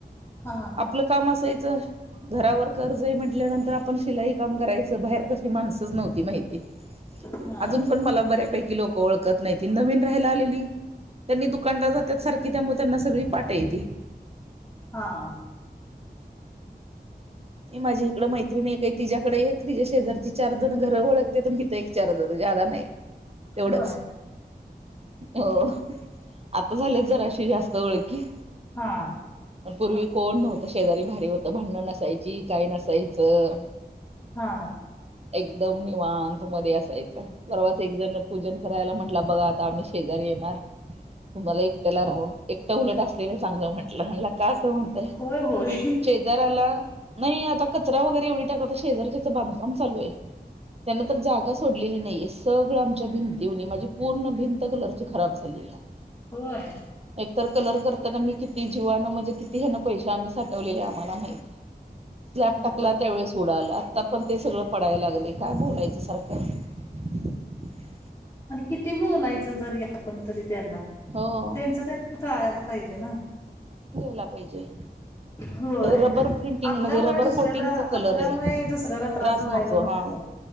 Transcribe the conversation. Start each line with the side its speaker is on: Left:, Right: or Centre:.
Left: हा
Right: आपलं काम असायचं घरावर कर्ज आहे म्हटल्यानंतर तर आपण शिलाई काम करायचं बाहेर कशी माणसच नव्हती माहिती
Left: हा
Right: अजून पण मला बऱ्यापैकी लोकं ओळखत नाही ती नवीन राहायला आलेली त्यांनी दुकानलाार जातात सारखी त्यामुळे त्यांना सगळी पाठ येते.
Left: हा.
Right: माझी इकड मैत्रिणी आहे का आहे तिच्या्याकडे एक तिया शेजारची चार जण घरं ओखते मीथ एक चार जण दा नाही तेवढच
Left: होय
Right: हो. आता झाले जराशी जास्त ओळखी
Left: हा.
Right: पूर्वी कोण नव्हतं शेजारी भारी होतं भांडणं नसायची काय नसायचं.
Left: हा
Right: <unintelligible> किंवान तु मध्ये असायचं बरोवाच एक जण पूजन करायला म्हटलं बघा आता आम्ही शेजारी येणार तुम्हाला एकट्याला राहून एकट्या उलट असलेलं चांगलं म्हटलं लागत का असं म्हणतय <unintelligible>
Left: होय होय
Right: शेजार्याला नाही आता कचरा वगैरे एवढी टाकाता शेजारच्याचं बांधकाम चालू आहे त्यांन तर जागा सोडलेली नाही हे सगळं आमच्या भिंती तव माझी पूर्ण भिंत कलरची खराब झाली या
Left: होय
Right: तर कलर करताना मी किती जीवानं म्हणजे किती ह्याना पैसे आम्ही साठवले आम्हाला माहिती स्लॅब
Left: नाहीतर
Right: टाकला त्यावेेळेस उडाला आता पण ते सगळं पडायला लागले काय बोलायच सारखं <unintelligible>
Left: आणि किती बोलायचं तर आपण तरी त्यांना
Right: हो
Left: त्यांच त्यांना कळायला पाहिजे ना
Right: ला पाहिजे
Left: होय
Right: रबर प्रिंटिंग
Left: आपल्यामुळे
Right: म्हणजे रबर
Left: दुसऱ्याला
Right: कोटिंगचा कलर
Left: आपल्यामुळे
Right: आहे
Left: दुसऱ्याला
Right: त्रास
Left: व्हायला
Right: नतो
Left: नको
Right: हा